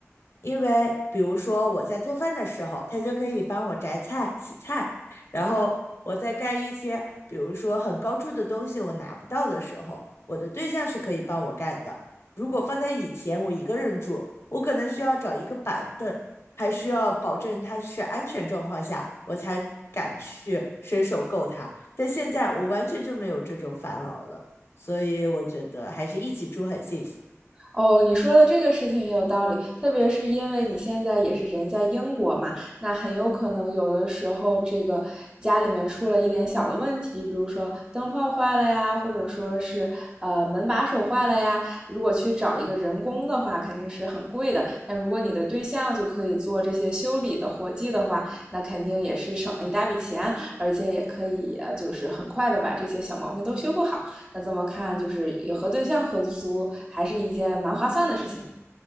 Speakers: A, on the left; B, on the right.
A: 因为比如说我在做饭的时候，他就可以帮我择菜、洗菜，然后我在干一些比如说很高处的东西我拿不到的时候，我的对象是可以帮我干的。如果放在以前，我一个人住，我可能需要找一个板凳，还需要保证它是安全状况下，我才敢去伸手够它。但现在我完全就没有这种烦恼了，所以我觉得还是一起住很幸福。
B: 哦，你说的这个事情也有道理，特别是因为你现在也是人在英国嘛，那很有可能有的时候这个家里面出了一点小的问题，比如说灯泡坏了呀，或者说是呃门把手坏了呀，如果去找一个人工的话，肯定是很贵的。但如果你的对象就可以做这些修理的活计的话，那肯定也是省了一大笔钱，而且也可以呃就是很快的把这些小毛病都修复好。那这么看，就是也和对象合租还是一件蛮划算的事情。